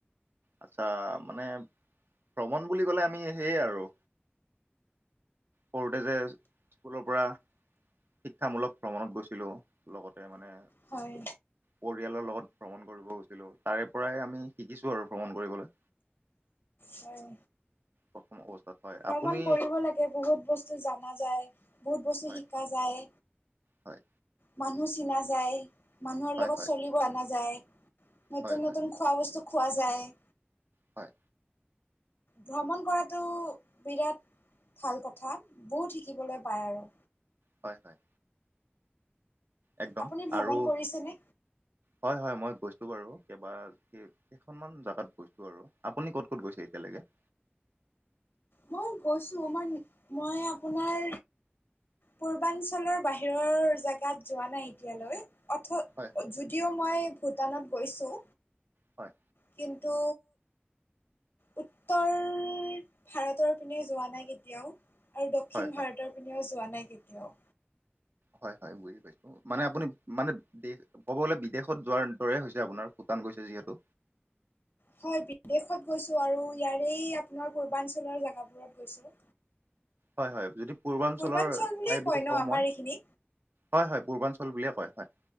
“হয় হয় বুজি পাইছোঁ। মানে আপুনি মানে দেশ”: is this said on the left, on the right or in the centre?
Right